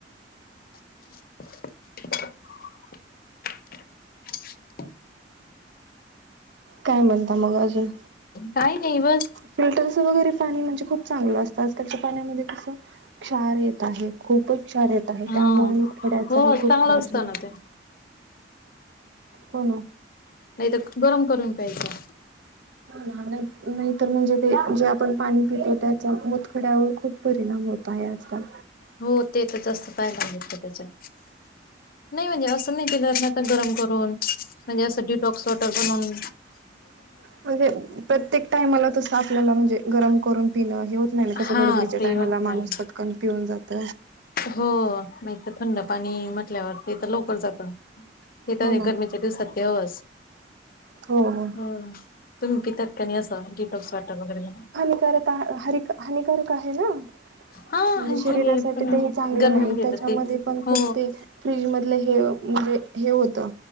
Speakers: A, on the left (about 50°); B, on the right (about 70°).
A: <inaudible>
B: काय म्हणता मग अजून?
A: काही नाही बस
B: फिल्टरचं वगैरे पाणी म्हणजे खूप चांगलं असतं. आजकालच्या पाण्यामध्ये कसं क्षार येत आहे, खूपच क्षार येत आहे.
A: हा
B: त्यामुळे मुतखड्याचाही
A: हो
B: खूप
A: चांगलं
B: त्रास
A: असतं
B: होतो.
A: ना ते
B: हो.
A: नाहीतर, गरम करून प्यायचं.
B: ना नई, नाही तर म्हणजे ते जे आपण पाणी पितो त्याचा मुतखड्यावर खूप परिणाम होत आहे आजकाल.
A: हो ते तर जास्त फायदा मिळत त्याच्यात. नाही म्हणजे असं नाही के जरात नाही आता गरम करून, म्हणजे असं डिटॉक्स वॉटर बनून
B: म्हणजे प्रत्येक टाईमाला तस आपल्याला म्हणजे गरम करून पिणं हे होत नाही ना. कसं
A: हा
B: गडबडीच्या
A: ते
B: टायमाला
A: होत
B: माणूस
A: नाही
B: पटकन पिऊन जात.
A: हो नाहीतर थंड पाणी म्हटल्यावर ते तर लवकर जात. हे
B: हो
A: तर
B: ना.
A: गरमीच्या दिवसात ते हवच.
B: हो हो.
A: तुम्ही पितात काय आणि असं डिटॉक्स वॉटर वगैरे म्हणून?
B: खर तर हा हरी -हानिकारक आहे ना?
A: हा
B: म्हणजे
A: आणखी
B: शरीरासाठी
A: हे पण
B: तेही चांगलं
A: गरमी
B: नाही.
A: मध्ये
B: त्याच्यामध्ये
A: येतात तेच
B: पण
A: हो
B: खूप ते फ्रीज मधल हे म्हणजे- हे होतं.